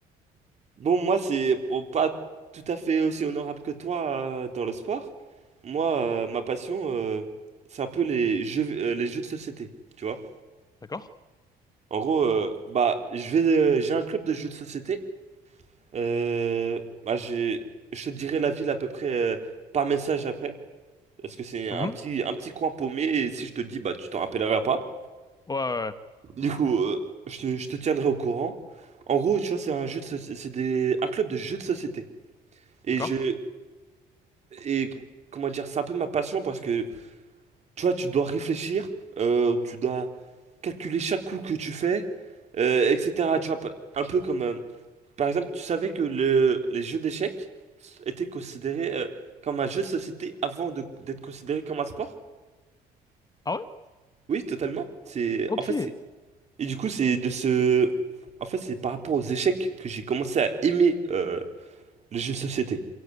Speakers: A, on the right; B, on the left.
A: Bon, moi, c'est bon, pas tout à fait aussi honorable que toi euh, dans le sport. Moi, euh, ma passion, euh, c'est un peu les jeux, euh, les jeux de société, tu vois.
B: d'accord.
A: En gros, euh, bah, je vais, euh, j'ai un club de jeux de société. Euh, bah, j'ai, je te dirai la ville à peu près euh, par message après, parce que c'est
B: Mhm.
A: un petit, un petit coin paumé. Et si je te dis, bah, tu t'en rappelleras pas.
B: Ouais, ouais, ouais,
A: Du coup, euh, je te, je te tiendrai au courant. En gros, tu vois, c'est un jeu de soci- c'est des, un club de jeux de société. Et
B: d'accord.
A: je, Et comment dire, c'est un peu ma passion parce que tu vois, tu dois réfléchir, euh, tu dois calculer chaque coup que tu fais, euh, etc. Tu vois, pa- un peu comme euh, par exemple, tu savais que le- les jeux d'échecs étaient considérés euh, comme un jeu de société avant de- d'être considéré comme un sport?
B: Ah ouais?
A: Oui, totalement. C'est
B: Ok.
A: en fait, c'est- et du coup, c'est de ce en fait, c'est par rapport aux échecs que j'ai commencé à aimer euh, les jeux de société.